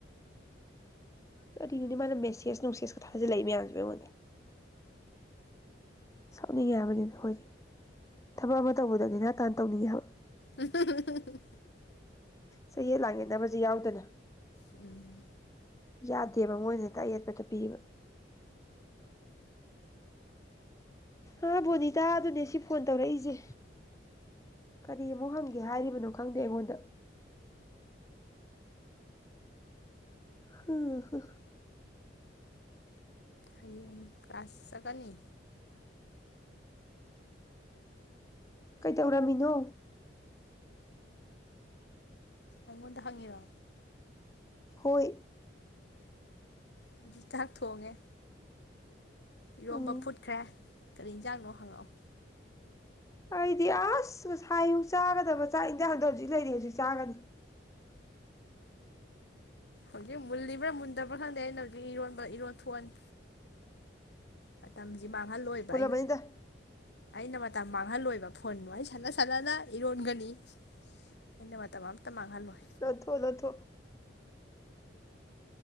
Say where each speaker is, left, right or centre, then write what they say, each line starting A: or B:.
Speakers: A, on the left; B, on the left.
A: ꯀꯔꯤꯅꯣꯅꯦ ꯃꯥꯅ ꯃꯦꯁꯦꯁ ꯅꯨꯡꯁꯦꯁꯀ ꯊꯥꯖꯤꯜꯂꯛꯏ ꯃꯌꯥꯝꯁꯤꯕꯣ ꯑꯩꯉꯣꯟꯗ ꯁꯥꯎꯅꯤꯡꯉꯦ ꯍꯥꯏꯕꯅꯤꯗ ꯑꯩꯈꯣꯏꯁꯦ ꯊꯕꯛ ꯑꯃ ꯇꯧꯕꯗ ꯅꯦꯅꯥꯇꯥꯅ ꯇꯧꯅꯤꯡꯉꯦ ꯍꯥꯏꯕ
B: ꯎꯝ ꯍꯨꯝ ꯍꯨꯝ ꯍꯨꯝ
A: ꯆꯌꯦꯠ ꯂꯥꯡꯌꯦꯠꯅꯕꯁꯦ ꯌꯥꯎꯗꯅ
B: ꯎꯝ
A: ꯌꯥꯗꯦꯕ ꯃꯣꯏꯅ ꯍꯦꯛꯇ ꯑꯌꯦꯠꯄꯇ ꯄꯤꯑꯦꯕ ꯑꯥ ꯕꯣꯅꯤꯇꯥ ꯑꯗꯨꯅꯦ ꯁꯤ ꯐꯣꯟ ꯇꯧꯔꯛꯏꯁꯦ ꯀꯔꯤ ꯑꯃꯨꯛ ꯍꯪꯒꯦ ꯍꯥꯏꯔꯤꯕꯅꯣ ꯈꯪꯗꯦ ꯑꯩꯉꯣꯟꯗ ꯍꯨ ꯍꯨ
B: ꯍꯌꯦꯡ ꯀ꯭ꯂꯥꯁ ꯆꯠꯀꯅꯤ
A: ꯀꯩꯗꯧꯔꯝꯃꯤꯅꯣ
B: ꯑꯩꯉꯣꯟꯗ ꯍꯪꯉꯤꯔꯣ
A: ꯍꯣꯏ
B: ꯍꯧꯖꯤꯛ ꯆꯥꯛ ꯊꯣꯡꯉꯦ ꯏꯔꯣꯝꯕ
A: ꯎꯝ
B: ꯐꯨꯠꯈ꯭ꯔꯦ ꯀꯔꯤ ꯌꯦꯟꯖꯥꯡꯅꯣ ꯍꯪꯉꯛꯑꯣ
A: ꯑꯩꯗꯤ ꯑꯁ ꯉꯁꯥꯏ ꯑꯌꯨꯛ ꯆꯥꯒꯗꯕ ꯆꯥꯛ ꯌꯦꯟꯖꯥꯡꯗꯣ ꯍꯧꯖꯤꯛ ꯂꯩꯔꯤ ꯍꯧꯖꯤꯛ ꯆꯥꯒꯅꯤ
B: ꯍꯧꯖꯤꯛ ꯃꯨꯜꯂꯤꯕ꯭ꯔꯥ ꯃꯨꯟꯗꯕ꯭ꯔꯥ ꯈꯪꯗꯦ ꯑꯩꯅ ꯍꯧꯖꯤꯛ ꯏꯔꯣꯟꯕ ꯏꯔꯣꯟ ꯊꯣꯛꯑꯅꯤ ꯃꯥꯇꯝ ꯃꯥꯡꯍꯜꯂꯣꯏꯕ
A: ꯃꯨꯜꯂꯝꯃꯅꯤꯗ
B: ꯑꯩꯅ ꯑꯩꯅ ꯃꯇꯝ ꯃꯥꯡꯍꯜꯂꯣꯏꯕ ꯐꯣꯟ ꯋꯥꯔꯤ ꯁꯥꯟꯅ ꯁꯥꯟꯅꯅ ꯏꯔꯣꯟꯒꯅꯤ ꯑꯩꯅ ꯃꯇꯝ ꯑꯃꯇ ꯃꯥꯡꯍꯜꯂꯣꯏ
A: ꯂꯣꯟꯊꯣꯛ ꯂꯣꯟꯊꯣꯛ